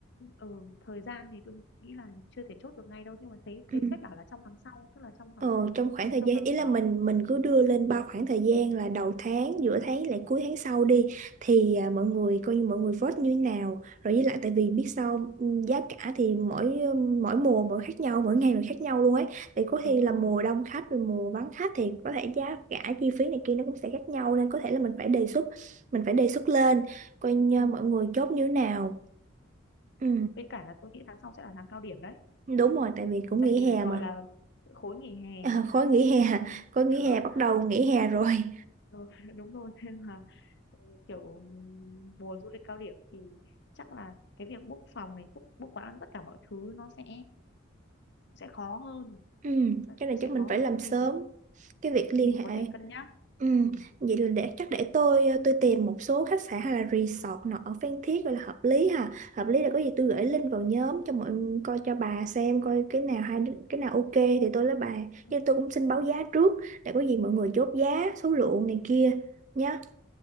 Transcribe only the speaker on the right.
ừ.
Ờ, trong khoảng thời
gian
ý
là mình mình cứ đưa lên bao khoảng thời gian là đầu tháng, giữa tháng lại cuối tháng sau đi thì à,
mọi người coi như mọi người vote như thế nào. Rồi với lại tại vì biết sao ừm, giá cả thì mỗi mỗi mùa mỗi khác nhau, mỗi ngày mỗi khác nhau luôn ấy. Thì có
khi là
mùa đông khách rồi mùa vắng khách thì có thể giá cả chi phí này kia nó cũng sẽ khác nhau nên có thể là mình phải đề xuất mình phải đề xuất lên coi như
mọi người chốt như thế nào. Ừ,
đúng rồi tại vì cũng
nghỉ
hè
mà.
<laughs>
À,
khối nghỉ hè, khối nghỉ
hè bắt đầu nghỉ hè rồi.
Ừ,
cái này
chắc mình
phải
làm sớm
cái việc liên
hệ.
Ừ,
vậy là để chắc để tôi tôi tìm một số khách sạn hay là resort nào ở Phan Thiết gọi là hợp lý ha. Hợp lý là có gì tôi gửi link vào nhóm cho mọi người coi cho bà xem coi cái nào hay cái nào ok thì tôi lấy bà.
Nhưng tôi cũng xin báo giá trước để có gì mọi người chốt giá, số lượng này kia nhá.